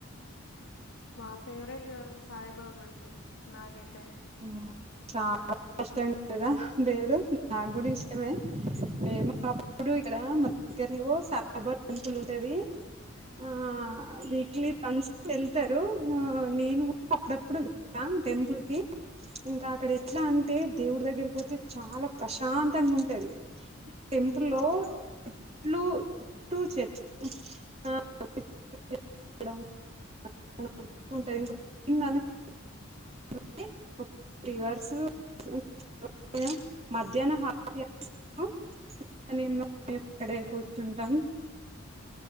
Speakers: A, on the left (about 75°); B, on the right (about 30°).
A: మా ఫేవరెట్ గాడ్ సాయిబాబా అండి నాకైతే
B: ఉమ్మ్ చాల కష్టం కదా దేవ్డు నాగ్గూడ్ ఇష్టమే మేము అప్ ఇప్పుడు ఇక్కడ మా దగ్గర లో సాయిబాబా టెంపుల్ ఉంటది ఆ వీక్లీ వన్స్ వెళ్తారు ఆ నేను కూడా అప్పుడప్పుడు వెల్ తా టెంపుల్ కి ఇంకా అక్కడ ఎట్లా అంటే దేవుడి దగ్గరి పోతే చాలా ప్రశాంతంగా ఉంటది టెంపుల్లో
A: అవునవును
B: లూ టూ చెప్ <unintelligible> <unintelligible> అనుకో <unintelligible> రీవర్స్ ఊ నేను మధ్యాహ్నన <unintelligible> <unintelligible> ఇక్కడే కూర్చుంటాం